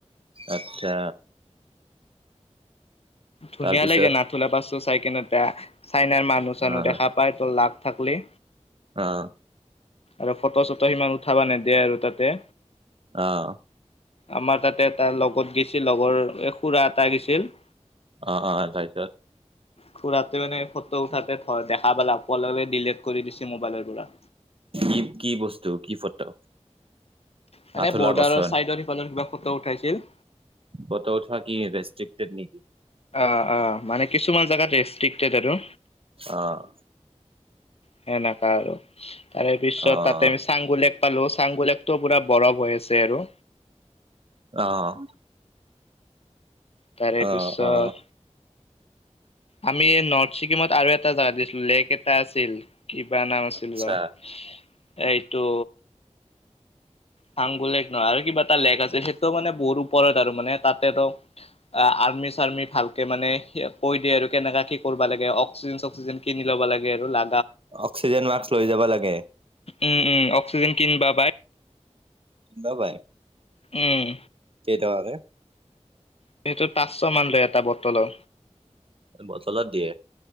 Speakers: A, on the right (about 50°); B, on the left (about 55°).
A: আচ্ছা
B: ধুনীয়া
A: তাৰপিছত
B: লাগে নাথুলা পাছো চাইকিনে চাইনাৰ মানুহ চানুহ
A: অ',
B: দেখা পায় তা'ত। থাকলে
A: অ',
B: আৰু ফটো চটো সিমান- কথাব নিদিয়ে আৰু তা'তে।
A: অঁহ
B: আমাৰ তা'তে এটা লগত গৈছিল লগৰ খুঢ়া এটা গৈছিল।
A: অ অ তাৰপিছত।
B: খুঢ়াকে মানে ফটো উঠাতে দেখা পালে লগে লগে ডিলিট কৰি দিছে মোবাইলৰ পৰা।
A: কি কি বস্তু কি ফটো?
B: মানে
A: নাথুলা
B: বৰ্ডাৰৰ
A: বাচন
B: চাইডৰ সিফালে কিবা ফটো উঠাইছিল।
A: ফটো উঠা কি ৰেষ্ট্ৰিক্টেড নে কি?
B: অ অ মানে কিছুমান জেগাত ৰেষ্ট্ৰিক্টেড আৰু।
A: অ',
B: সেনেকুৱা আৰু তাৰে পিছত
A: অ',
B: তা'তে আমি চাংগোলেপ- পালো চাংগোলেপতো পুৰা বৰফ হৈ আছে আৰু।
A: অঁহ
B: তাৰে
A: অ
B: পিছত
A: অ
B: আমি নৰ্থ ছিকিমত আৰু এটা জেগাত গৈছিলো লেক এটা আছিল। কিবা নাম আছিল
A: আচ্ছা
B: ৰ' এইটো চাংগুলেক নহয় আৰু কিবা এটা লেক আছে সেইটো মানে বহুত ওপৰত আৰু মানে তাতে টো আৰ্মি চাৰ্মি ভালকে মানে কৈ দিয়ে আৰু কেনেকুৱা কি কৰিব লাগে অক্সিজেন চক্সিজেন কিনি লব লাগে আৰু লা
A: অক্সিজেন মাস্ক লৈ যাব লাগে।
B: উম' উম' অক্সিজেন কিনিব পাই।
A: বা বাই।
B: উম'।
A: টকাকে?
B: সেইটো পাঁচশ মান লয় এটা বটলৰ।
A: বটলত দিয়ে।